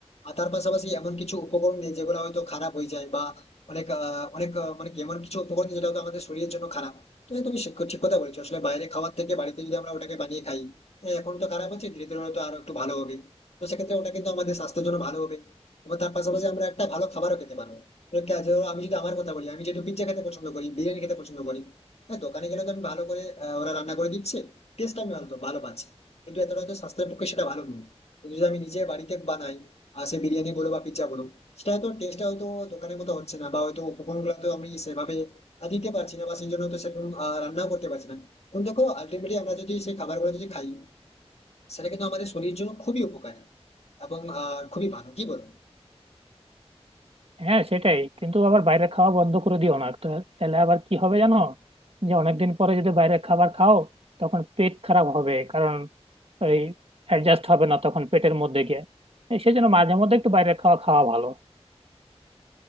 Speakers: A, on the left; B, on the right.
A: আর তার পাশাপাশি এমন কিছু উপকরণ নেই যেগুলো হয়তো খারাপ হয়ে যায় বা অনেক আহ, অনেক আহ, মানে কি, এমন কিছু উপকরণ নেই যেটা হয়তো আমাদের শরীরের জন্য খারাপ তো হ্যাঁ, তুমি সে- ঠিক কথা বলেছো আসলে বাইরে খাওয়ার থেকে বাড়িতে যদি আমরা ওটাকে বানিয়ে খাই হ্যাঁ, এখন তো খারাপ হচ্ছে ধীরে ধীরে হয়তো আরো একটু ভালো হবে তো সেক্ষেত্রে ওটা কিন্তু আমাদের স্বাস্থ্যের জন্য ভালো হবে এবং তার পাশাপাশি আমরা একটা ভালো খাবারও খেতে পারবো এবার কে- যেমন আমি যদি আমার কথা বলি আমি যেহেতু পিজ্জা খেতে পছন্দ করি বিরিয়ানি খেতে পছন্দ করি হ্যাঁ দোকানে গেলে তো আমি ভালো করে আহ, ওরা রান্না করে দিচ্ছে টেস্ট আমি ভালো ভালো পাচ্ছি কিন্তু এতটা হয়তো স্বাস্থ্যের পক্ষে সেটা ভালো নয় কিন্তু যদি আমি নিজে বাড়িতে বানাই আর সে বিরিয়ানি বলো বা পিজ্জা বলো সেটা হয়তো টেস্টটা হয়তো দোকানের মতো হচ্ছে না বা হয়তো উপকরণ গুলো তো আমি সেভাবে আহ, দিতে পারছি না বা সেই জন্য তো সেরকম আহ, রান্নাও করতে পারছি না কিন্তু দেখো আলটিমেটলি আমরা যদি সেই খাবারগুলো যদি খাই সেটা কিন্তু আমাদের শরীরের জন্য খুবই উপকারী এবং আহ, খুবই ভালো কি বল
B: হ্যাঁ সেটাই কিন্তু আবার বাইরের খাওয়া বন্ধ করে দিও না তো তাহলে আবার কি হবে জানো যে অনেকদিন পরে যদি বাইরের খাবার খাও তখন পেট খারাপ হবে কারণ ওই অ্যাডজাস্ট হবে না তখন পেটের মধ্যে গিয়ে এই সেজন্য মাঝে মধ্যে একটু বাইরের খাওয়া খাওয়া ভালো